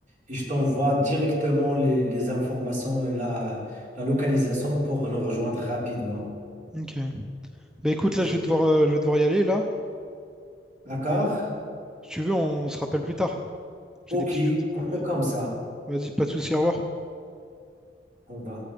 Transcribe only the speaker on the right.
et je t'envoie directement les, les informations et la, la localisation pour nous rejoindre rapidement.
Euh,
D'accord?
Ok,
on fait comme ça.
On va.